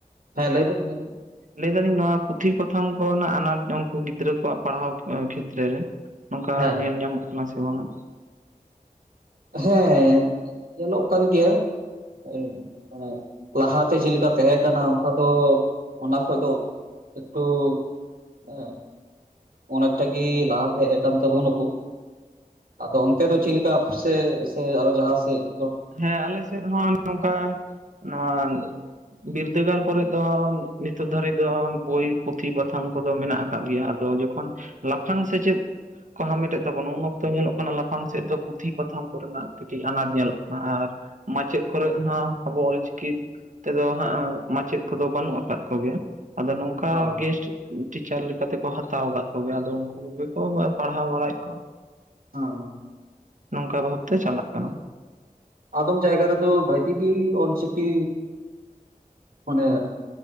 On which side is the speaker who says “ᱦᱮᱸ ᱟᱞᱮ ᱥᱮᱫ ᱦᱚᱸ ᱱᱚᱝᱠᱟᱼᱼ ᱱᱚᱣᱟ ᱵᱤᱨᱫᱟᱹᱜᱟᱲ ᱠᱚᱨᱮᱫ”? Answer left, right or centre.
Right